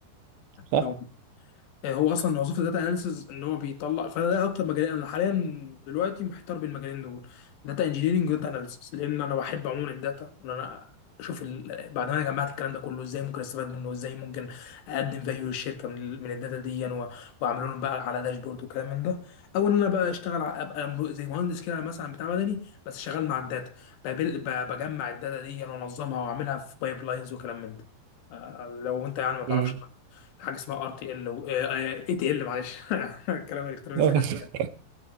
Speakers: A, on the right (about 75°); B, on the left (about 90°).
A: صح
B: لو آه، هو اصلا وظيفه داتا اناليسز ان هو بيطلع فانا ده اكتر مجالين انا حاليا دلوقتي محتار بين المجالين دول داتا انجينيرنج وداتا اناليسز لان انا بحب عموما الداتا وان انا اشوف ال... بعد ما انا جمعت الكلام ده كله ازاي ممكن استفاد منه وازاي ممكن اقدم فاليو للشركه من, ال... من الداتا دي يعني و... واعمل لهم بقى على داشبورد وكلام من ده او ان انا بقى اشتغل ع- ابقى م- زي مهندس كده مثلا بتاع مدني بس شغال مع الداتا بقابل... ب... بجمع الداتا دي وانظمها واعملها في بايب لاينز وكلام من ده آه، لو انت يعني ما تعرفش
A: مم.
B: حاجه اسمها ار تي ال اي تي ال معلش <laughs> الكلام الالكتروني
A: <laughs>
B: سخن